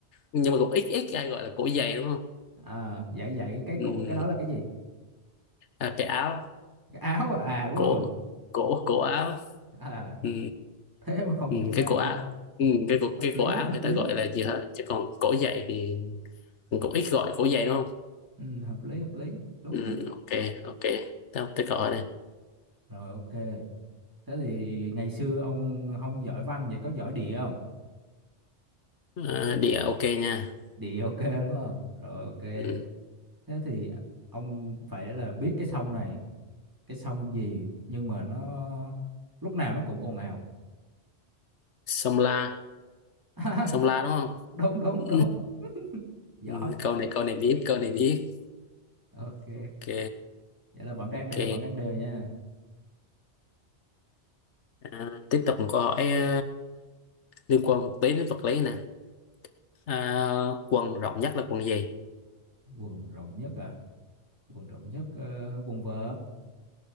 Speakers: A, on the left; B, on the right.
A: nhưng mà cũng ít ít ai gọi là cổ giày đúng không
B: à dạy dạy cái
A: ừ.
B: cổ cái đó là cái gì
A: à, cái áo
B: cái áo à, à đúng
A: cổ
B: rồi
A: cổ cổ áo
B: à, rồi.
A: ừ.
B: thế mà không
A: ừ,
B: nghĩ ra
A: cái cổ áo
B: ta
A: ừ, cái cổ
B: hợp
A: cái
B: lý
A: cổ áo
B: hợp
A: người ta
B: lý
A: gọi là gì thôi chứ còn cổ giày thì cũng ít gọi cổ giày đúng không
B: ừ, hợp lý hợp lý đúng
A: ừ,
B: đúng
A: ok ok tao tới gọi đây
B: rồi ok thế thì ngày xưa ông không giỏi văn vậy có giỏi địa không
A: Ờ, địa ok nha
B: địa ok đúng không rồi ok
A: ừ.
B: thế thì ông phải là biết cái sông này cái sông gì nhưng mà nó lúc nào nó cũng ồn ào
A: sông La
B: <laughs>
A: sông La đúng không
B: đúng đúng
A: ừ.
B: đúng giỏi
A: ừ, câu này câu này biết câu này biết
B: ok
A: ok
B: vậy là vẫn đang
A: ok
B: đều vẫn đang đều nha
A: à, tiếp tục một câu hỏi à, liên quan một tí đến vật lý nè à, quần rộng nhất là quần gì
B: quần rộng nhất à quần rộng nhất ờ, quần vợt